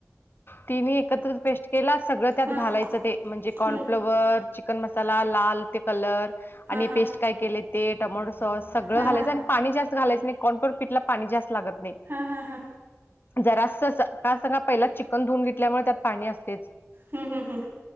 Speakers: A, on the left; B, on the right.
A: तीन्ही एकत्र पेस्ट तेला सगळं त्यात
B: हां
A: घालायचं ते म्हणजे कॉर्नफ्लॉवर,
B: हं, हं,
A: चिकन, मसाला, लाल ते कलर
B: हा
A: आणि
B: हां
A: पेस्ट काय केले ते टोमॅटो सॉस सगळं
B: हां
A: घालायचं
B: हां
A: आणि पाणी जास्त घालायच नाही <unintelligible> पाणी जास्त लागत नाही
B: हा हा हा
A: जरा अस का सांगा पहिलाच चिकन धुऊन घेतल्यामुळे त्यात पाणी असते.
B: हम् हम् हं